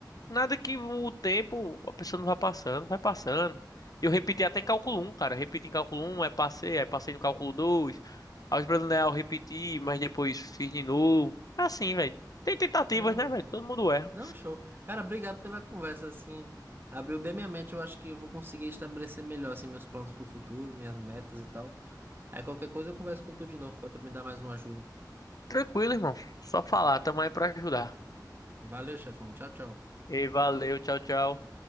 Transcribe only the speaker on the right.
Não,
Não, show. Cara, obrigado pela conversa, assim, abriu bem minha mente, eu acho que eu vou conseguir estabelecer melhor, assim, meus planos pro futuro, minhas metas e tal. Aí qualquer coisa eu converso com tu de novo, pra tu me dar mais uma ajuda.
Valeu, chefão. Tchau, tchau.